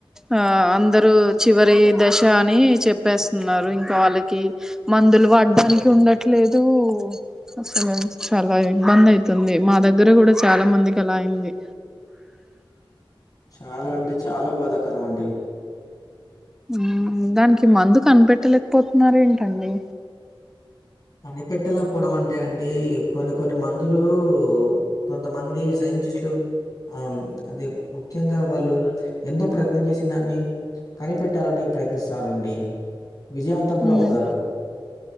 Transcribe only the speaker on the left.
చాలా అంటె చాలా భాదాకరం అండి
కనిపెట్టలేకపోవడం అంటే అండి కొన్ని కొన్ని మందులు కొంతమంది సైంటిస్టులు ఆ అది ముఖ్యంగా వాళ్ళు ఎంతో ప్రయత్నం చేసి దాన్ని కనిపెట్టాలని ప్రయత్నిస్తారండి విజయవంతం కూడా
అవుతారు